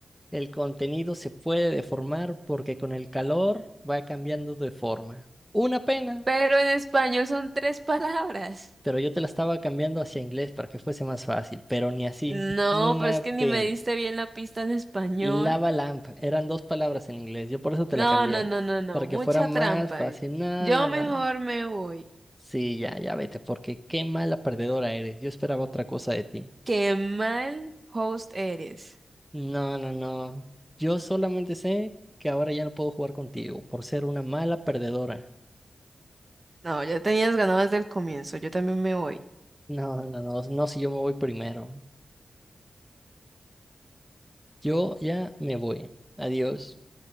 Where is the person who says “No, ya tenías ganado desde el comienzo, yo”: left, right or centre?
Right